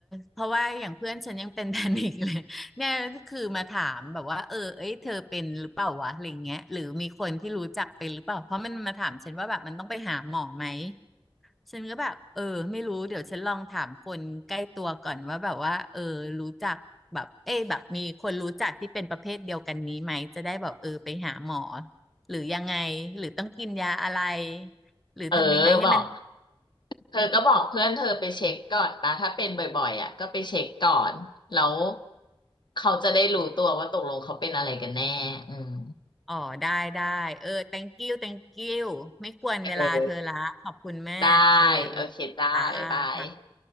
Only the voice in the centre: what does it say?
เพราะว่าอย่างเพื่อนฉันยังเป็น <laughs> แพนิคเลยเนี่ยคือมาถามแบบว่าเออเอ้ยเธอเป็นหรือเปล่าวะอะไรเงี้ยหรือมีคนที่รู้จักเป็นหรือเปล่าเพราะมันมาถามฉันว่าแบบมันต้องไปหาหมอไหมฉันก็แบบเออไม่รู้เดี๋ยวฉันลองถามคนใกล้ตัวก่อนว่าแบบว่าเออรู้จักแบบเอ้ยแบบมีคนรู้จักที่เป็นประเภทเดียวกันนี้ไหมจะได้แบบเออไปหาหมอหรือยังไงหรือต้องกินยาอะไรหรือทำยังไงให้มัน
อ๋อได้ได้เออ thank you thank you ไม่ควรเวลาเธอละขอบคุณแม่เออ
อ่าค่ะ